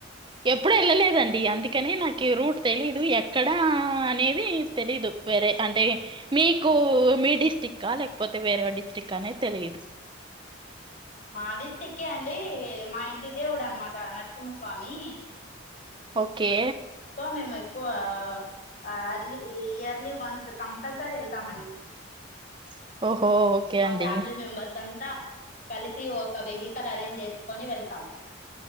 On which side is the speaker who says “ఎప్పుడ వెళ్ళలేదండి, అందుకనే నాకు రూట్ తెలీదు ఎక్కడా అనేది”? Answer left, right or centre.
Right